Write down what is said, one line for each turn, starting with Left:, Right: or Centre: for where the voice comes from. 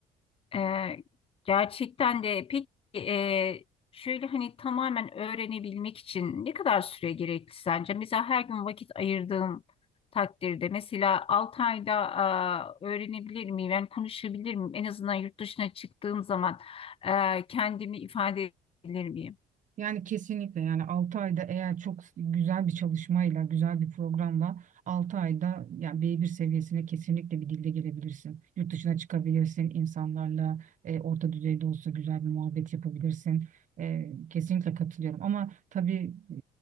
Left: Ee, gerçekten de peki e, şöyle hani tamamen öğrenebilmek için ne kadar süre gerekli sence? Mesela her gün vakit ayırdığım takdirde mesela 6 ayda aa, öğrenebilir miyim? Yani konuşabilir miyim? En azından yurt dışına çıktığım zaman e, kendimi ifade edebilir miyim?
Right: Yani kesinlikle yani altı ayda eğer çok güzel bir çalışmayla, güzel bir programla 6 ayda yani B1 seviyesine kesinlikle bir dilde gelebilirsin. Yurt dışına çıkabilirsin, insanlarla e, orta düzeyde olsa güzel bir muhabbet yapabilirsin. E, kesinlikle katılıyorum ama tabii e,